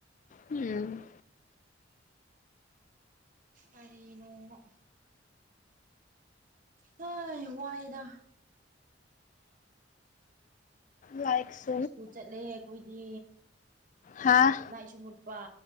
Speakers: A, on the left; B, on the right.
A: ꯎꯝ
B: ꯀꯔꯤ ꯅꯣꯡꯅꯣ ꯍꯥꯏ ꯋꯥꯏꯗ꯫
A: ꯂꯥꯏꯛꯁ
B: ꯁ꯭ꯀꯨꯜ ꯆꯠꯂꯦ ꯑꯩꯈꯣꯏꯗꯤ꯫
A: ꯍꯥꯥ
B: ꯂꯥꯏꯠꯁꯨ ꯃꯨꯠꯄ